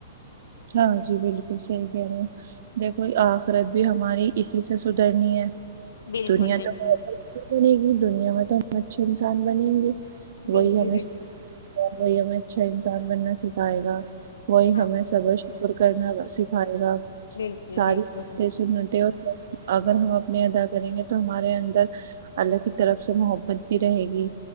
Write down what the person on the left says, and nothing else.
بالکل
بالکل
جی
جی
بالکل
ہاں
بالکل
بالکل